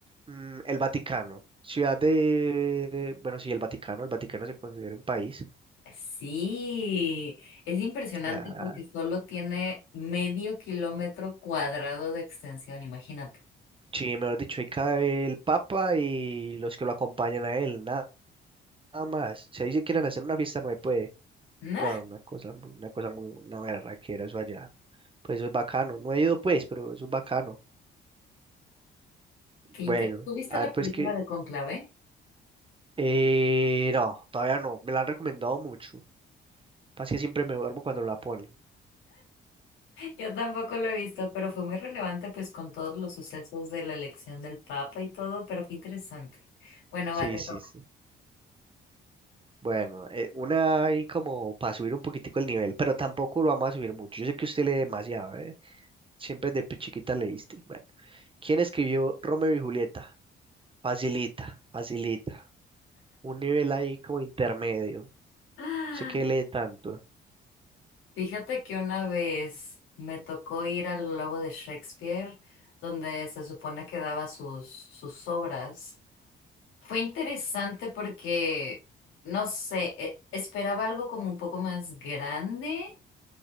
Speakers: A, on the right; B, on the left.
A: mm, el Vaticano. Ciudad de, bueno, sí, el Vaticano, el Vaticano se considera un país.
B: Sí, es impresionante
A: Ah,
B: porque solo tiene medio kilómetro cuadrado de extensión, imagínate.
A: sí, mejor dicho, ahí cae el Papa y los que lo acompañan a él, nada, nada más. Si ahí se quieren hacer una fiesta, no se puede.
B: Nah,
A: No, una cosa, muy- una cosa muy, una berraquera eso allá. Pues eso es bacano. No he ido pues, pero eso es bacano. Bueno,
B: qué inte- ¿Tú viste
A: a
B: la
A: ver
B: película
A: pues qué,
B: de Conclave?
A: Eh, no, todavía no. Me la han recomendado mucho. Pasa que siempre me duermo cuando la ponen.
B: Yo tampoco lo he visto, pero fue muy relevante pues con todos los sucesos de la elección del Papa y todo, pero fue interesante. Bueno,
A: Sí,
B: va, te toca.
A: sí, sí. Bueno, eh, una ahí como para subir un poquitico el nivel, pero tampoco lo vamos a subir mucho. Yo sé que usted lee demasiado, ¿eh? Siempre desde chiquita leíste. Bueno, ¿quién escribió Romeo y Julieta? Facilita, facilita. Un nivel ahí como intermedio.
B: Ah,
A: Sé que lee tanto.
B: Fíjate que una vez me tocó ir al Globo de Shakespeare, donde se supone que daba sus, sus obras. Fue interesante porque, no sé, e- esperaba algo como un poco más grande,